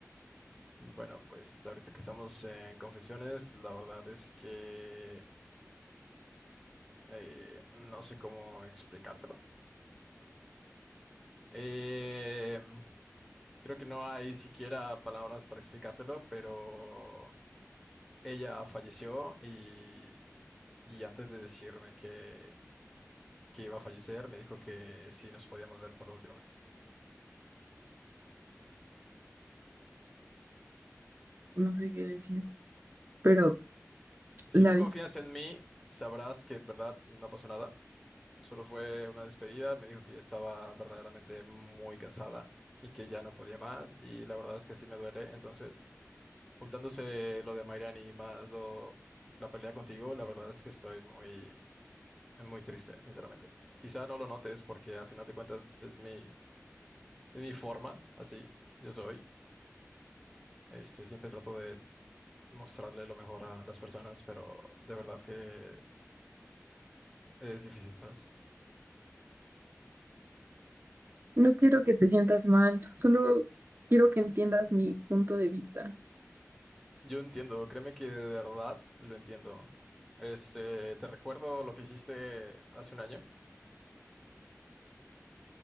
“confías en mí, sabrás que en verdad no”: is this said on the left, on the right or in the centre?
Centre